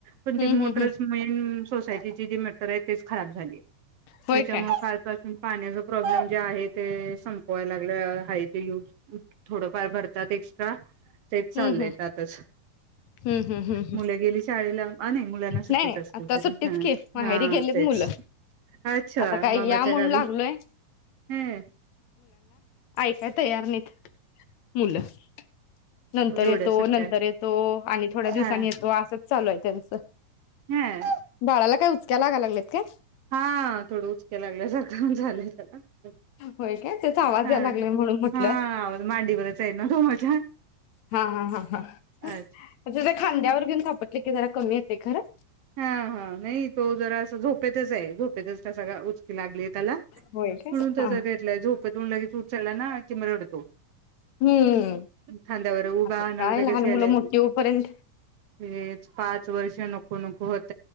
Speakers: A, on the right; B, on the left.
A: पण ती
B: हम्म
A: मोटर्स
B: हम्म हम्म
A: मेन सोसायटीची जी खरं आहे तिच खराब झालीय
B: होय
A: त्याच्यामुळे
B: काय
A: <inaudible> कालपासून पाण्याचा प्रॉब्लेम जे आहे ते संपवायला लागले हा ते यूज थोडफार भर त्यात एक्सट्रा तेच चाललंय
B: हम्म हम्म
A: आताच
B: हम्म हम्म हम्म हम्म
A: मुलं गेली शाळेला आं नाही मुलांना सुट्टीच
B: नाही नाही
A: असतील
B: आता
A: सॉरी
B: सुट्टीच
A: तरी हा
B: की माहेरी
A: हा
B: गेलीत
A: तेच
B: मुलं
A: अच्छा
B: आता काय
A: मामाच्या
B: या म्हणून
A: गावी
B: लागलोय
A: हं
B: ते काय तयार नाहीत? मुलं <inaudible> नंतर
A: जेवढ्या
B: येतो
A: सुट्ट्या
B: नंतर येतो आणि थोड्या दिवसांनी
A: हा
B: येतो अस. चालू आहे त्यांच
A: ह
B: बाळाला काय उच त्या लागा लागात्यात काय?
A: हा थोडं उचक्या लागल्यासारख झालंय त्याला
B: होय काय? त्याचा आवाज
A: हा
B: यायला लागलाय म्हणून म्हटल
A: हा मांडीवरच आहे ना तो माझ्या
B: हा हा
A: अच्छा
B: त्याच्या खांद्यावर <unintelligible> कमी येतय खरं
A: हा हा नाही तो जरा अस झोप झोपेतच आहे झोपेतच तसा उचकी लागलीय. त्याला
B: होय काय
A: म्हणून
B: हा
A: <unintelligible> झोपेतून लगेच उ चला ना कि मग रडतो
B: हम्म
A: खांद्यावर उभा
B: आता
A: न
B: काय
A: लगेच
B: लहान
A: घ्यायला
B: मुलं
A: येत
B: मोठी
A: नाही
B: होऊपर्यंत
A: वय पाच वर्ष हे <unintelligible> कमकुवत